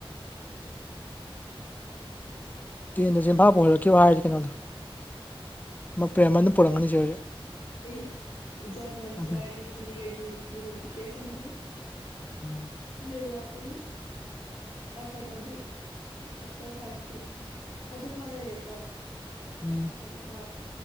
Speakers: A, on the left; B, on the left.
A: ꯇꯦꯟꯗ ꯆꯝꯐꯥ ꯄꯨꯍꯜꯂꯛꯀꯦꯕ ꯍꯥꯏꯔꯗꯤ ꯀꯩꯅꯣꯗꯣ ꯄ꯭ꯔꯦꯝꯕꯅ ꯄꯨꯔꯛꯒꯅꯤꯁꯦ ꯍꯧꯖꯤꯛ
B: ꯑꯩ ꯖꯔꯃꯟꯒ
A: ꯑꯗꯨ
B: ꯏꯠꯂꯤꯒ ꯌꯨ ꯌꯨꯅꯤꯐꯤꯀꯦꯁꯟꯗꯣ
A: ꯎꯝ
B: ꯖꯤꯑꯣꯒ꯭ꯔꯥꯐꯤ ꯀꯩꯅꯣꯒꯤ ꯁꯣꯁꯦꯜ ꯁꯥꯏꯟꯁꯀꯤ ꯑꯗꯨꯃ ꯂꯩꯔꯦꯀꯣ
A: ꯎꯝ
B: ꯑꯗꯨꯒ